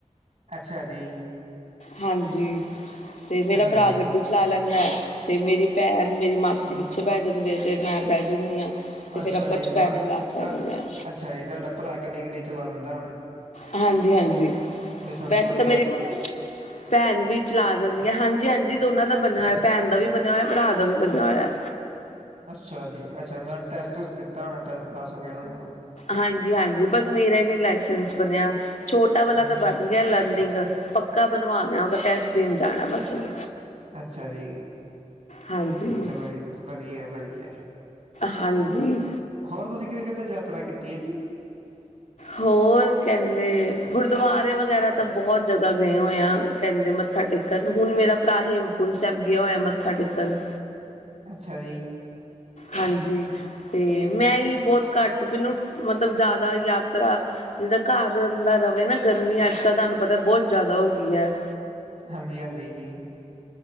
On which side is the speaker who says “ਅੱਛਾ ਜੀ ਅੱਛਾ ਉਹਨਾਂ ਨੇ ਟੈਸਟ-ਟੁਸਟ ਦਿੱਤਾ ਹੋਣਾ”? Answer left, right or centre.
Right